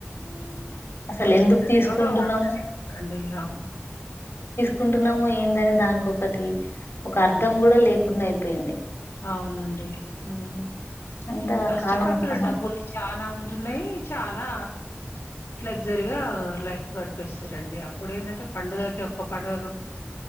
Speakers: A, on the left; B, on the left.
A: సు స్.
B: అసలు
A: తెచ్చుకునేదేవరు,
B: ఎందుకు తీసుకుంటున్నాము
A: వాడుకునేఎవరు అండి. అవును
B: కుంటున్నాము ఏందని దానికోకటి ఒక అర్థం కూడా లేకుండా అయిపోయింది.
A: అవునండి హహ్
B: అంత
A: కష్టపడుతురు
B: కాలం అట్లా మ
A: డబ్బులు చానా ఉంట్. టున్నాయి చాలా లగ్జరీగా లైఫ్ గడిపేస్తారండి. అప్పుడు ఏంటంటే పండుగకి ఒక్క పండుగకు